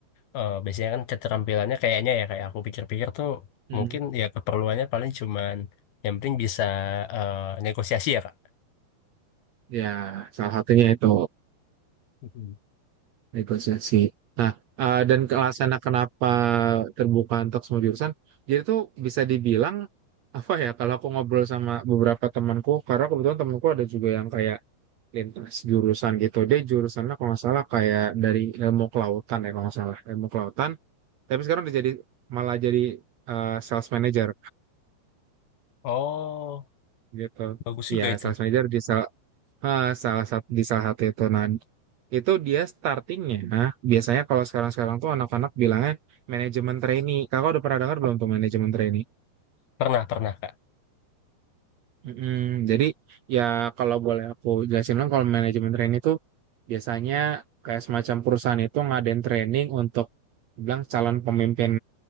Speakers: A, on the left; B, on the right.
A: eh, biasanya kan keterampilannya kayaknya ya kayak aku pikir-pikir tuh
B: Hmm,
A: mungkin ya keperluannya paling cuman yang penting bisa eh, negosiasi ya Kak.
B: ya, salah satunya itu
A: Mhm.
B: negosiasi. Nah, eh, dan ke alasannya kenapa terbuka untuk semua jurusan, jadi tuh bisa dibilang apa ya? Kalau aku ngobrol sama beberapa temanku, karena kebetulan temanku ada juga yang kayak lintas jurusan gitu. Dia jurusannya kalau nggak salah kayak dari ilmu kelautan ya kalau nggak salah ilmu kelautan. Tapi sekarang dia jadi malah jadi eh, sales manager
A: Oh,
B: gitu.
A: bagus
B: Iya,
A: juga itu.
B: sales manager di sel- eh, salah satu di salah satu itu nah itu dia startingnya Nah, biasanya kalau sekarang-sekarang tuh anak-anak bilangnya manajemen trainee kakak udah pernah dengar belum tuh manajemen trainee
A: Pernah, pernah Kak.
B: Mm-mm. jadi ya kalau boleh aku jelasin dong kalau manajemen training itu biasanya kayak semacam perusahaan itu ngadain training untuk bilang calon pemimpin